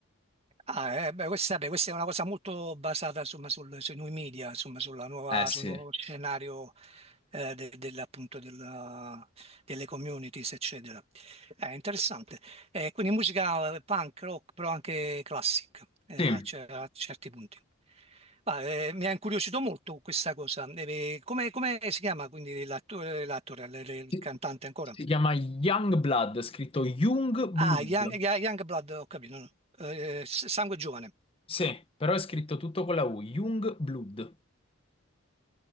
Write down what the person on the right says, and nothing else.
Ah, eh, beh, questa, vabbè, questa è una cosa molto basata insomma, sul- sui nuovi media, insomma, sulla nuova,
sul nuovo scenario eh, de- della- appunto, della- delle communities, eccetera. È interessante. Eh, quindi musica eh, punk, rock, però anche classic eh,
a cer- a certi punti. Ma, eh, mi ha incuriosito molto questa cosa. Eh, come, come si chiama quindi l'attore, l'attore, l- l- il
cantante ancora?
Ah, Young, Ya- Youngblood, ho capito. no? Eh, S- Sangue Giovane.